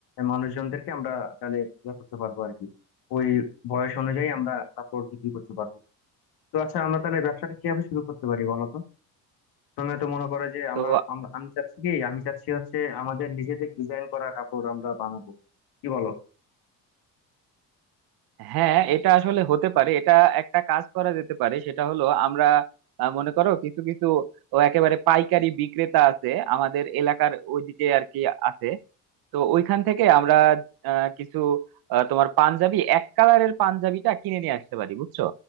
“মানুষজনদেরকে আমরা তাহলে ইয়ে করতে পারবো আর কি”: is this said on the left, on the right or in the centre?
Left